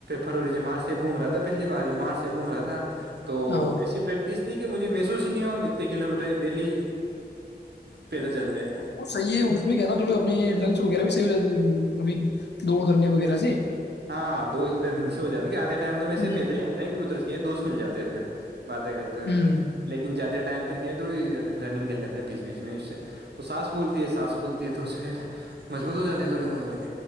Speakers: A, on the right; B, on the left.
A: فروری سے مارچ سے گوم رہا تھا پچھلی بار بھی مارچ سے گھوم رہا تھا تو
B: ہاں
A: ایسی پریکٹس ٹھیک ہے مجھے محسوس ہی نہیں ہو اتنے کلو میٹر ڈیلی پیدل چلتے ہیں
B: وہ صحیح ہے اس میں کہ نا تھوڑی اپنی لنگس وغیرہ بھی صیحاتبھی دوڑ کرنے وغیرہ سے
A: ہاں دو ن ش ہو ج گ کیا ٹم تو
B: ہوں
A: میں سے پیدل ہی آتے ہیں کی ادھر کیا ہے دوستوں مل جاتے ہیں گھر باتیں کرتے ہوئے
B: ہوں
A: لیکن ج ٹائم پھر کیا ہے تھوڑی رنگ کر لیتا ہے بیچ بیچ میں اس سے تو ساس فھول ساس پھولتی ہے تو اس پہ مجبوط ہو جاتی ہے تھوڑے بہت اورڑ کے